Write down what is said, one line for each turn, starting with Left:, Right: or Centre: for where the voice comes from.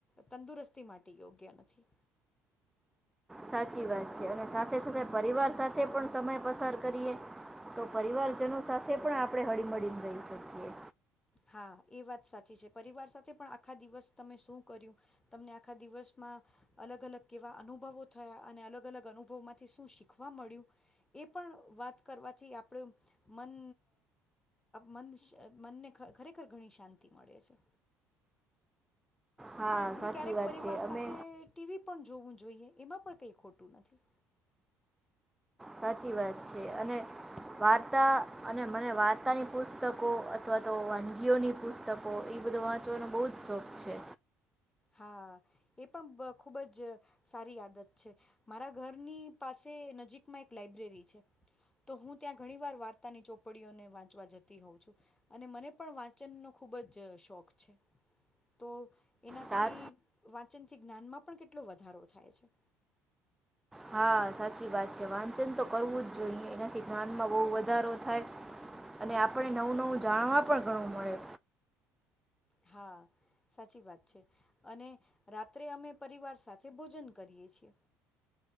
Left: તંદુરસ્તી માટે યોગ્ય નથી
Centre: સાચી વાત છે, અને સાથે સાથે પરિવાર સાથે પણ સમય પસાર કરીએ તો પરિવારજનો સાથે પણ આપણે હળીમળીને રહી શકીએ
Left: હા એ વાત સાચી છે, પરિવાર સાથે પણ આખા દિવસ તમે શું કર્યું તમને આખા દિવસમાં અલગ અલગ કેવા અનુભવો થયા અને અલગ અલગ અનુભવમાંથી શું શીખવા મળ્યું એ પણ વાત કરવાથી આપડું મન મન મનને ખરેખર ઘણી શાંતિ મળે છે.
Centre: હા
Left: અને
Centre: સાચી
Left: ક્યારેક
Centre: વાત
Left: પરિવાર
Centre: છે અમે
Left: સાથે ટીવી પણ જોવું છે. <inaudible> જોઈએ એમાં પણ કંઈ ખોટું નથી
Centre: સાચી વાત છે, અને વાર્તા અને મને વાર્તાની પુસ્તકો અથવા તો વાનગીઓની પુસ્તકો એ બધો વાંચવાનો બહુ જ શોખ છે.
Left: હા એ પણ ખુબ જ સારી આદત છે, મારા ઘરની પાસે નજીકમાં એક લાઈબ્રેરી છે, તો હું ત્યાં ઘણી વાર વાર્તાની ચોપડીઓને વાંચવા જતી હોઉં છું અને મને પણ વાંચનનોો ખુબ જ શોખ છે, તો
Centre: સાર
Left: થી વા ચચથી જ્ઞાનમાં પણ કેટલો વધારો થાય છે.
Centre: હા સાચી વાત છે, વાંચન તો કરવું જ જોઈએ એનાથી જ્ઞાનમાં બહુ વધારો થાય, અને આપણને નવું-નવું જાણવા પણ ઘણું મળે.
Left: હા સાચી વાત છે, અને રાત્રે અમે પરિવાર સાથે ભોજન કરીએ છીએ.